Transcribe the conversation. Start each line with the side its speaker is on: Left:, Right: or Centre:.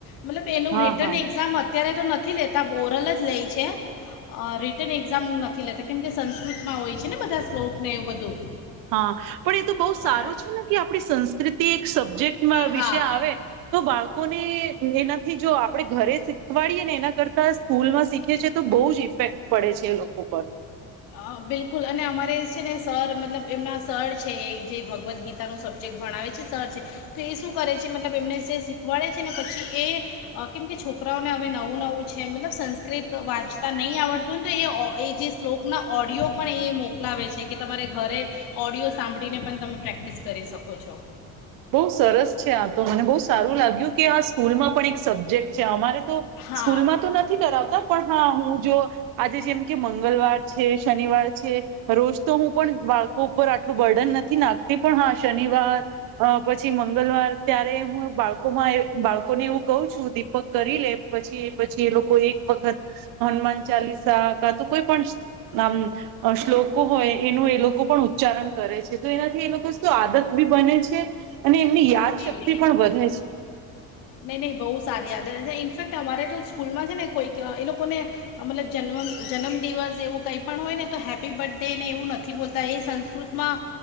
Left: મતલબ એનું
Right: હા
Left: રિટર્ન
Right: હા
Left: એક્ઝામ હત. અત્યારે તો નથી લેતા ઓરલ જ લેય છે અ રિટર્ન એક્ઝામ નથી લેતા કેમ કે સંસ્કૃત માં હોય છે ને બધા શ્લોક ને એવું બધું.
Right: હા પણ એ તો બહુ સારું
Left: અ,
Right: છે ને કે આપણી સંસ્કૃતિ એક સબ્જેક્ટમાં
Left: હા
Right: વિશે આવે તો બાળકોને એનાથી જો આપણેે ઘરે શીખવાડીએ ને એના કરતાં સ્કૂલમાં શીખે છે તો બહુ જ ઈ ઇફેક્ટ પડે છે એ લોકો પર
Left: અ બિલકુલ અને અમારે છે ને સર મતલબ એમના સર છે એ જે ભગવદ્ ગીતા પોતાનું સબ્જેક્ટ ભણાવે છે સર છે તો એ શું કરે છે મતલબ એમને જે શીખવાડે છે ને પછી એ અ કેમ કે છોકરાઓને હવે નવું નવું છે મતલબ સંસ્કૃત વાંચતા નહીં આવડતું ને તો એ એ જે શ્લોકના ઓડિયો પણ એ મોકલાવે છે કે તમારે ઘરે ઓડિયો સાંભળીને પણ તમે પ્રેક્ટિસ કરી શકો છો.
Right: બહુ સરસ છે આ તો મને બહુ સારું લાગ્યું કે આ સ્કૂલમાં પણ એક સબ્જેક્ટ છે અમારે તો
Left: હા
Right: સ્કૂલમાં તો નથી કરાવતા પણ હા હું જો આજે જેમ કે મંગલવાર છે શનિવાર છે રોજ તો હું પણ બાળકો પર આટલું બર્ડન નથી નાખતી પણ હા શનિવાર અ પછી મંગલવાર ત્યારે હું બાળકો માં એ બાળકો લોકોને એવું કઉ છું દીપક કરી લે પછી એ પછી એ લોકો એક વખત હનુમાન ચાલીસા કા તો કોઈ પણ નામ અ શ્લોકો હોય એનું એ લોકો પણ ઉચ્ચારણ કરે છે તો એનાથી એ લોકો શું આદત બી બને છે. અને એમની યાદશક્તિ
Left: બિલકુલ
Right: પણ વધે છે.
Left: નહીં નહીં બહુ સારી આદત ઇનફેક્ટ અમારે તો સ્કૂલમાં છે ને કોઈક એ લોકોને અ મતલબ જન્મ જનમદિવસ એવું કંઈ પણ હોય ને તો હેપી બર્થ ડે ને એવું નથી બોલતા એ સં સંસ્કૃતમાં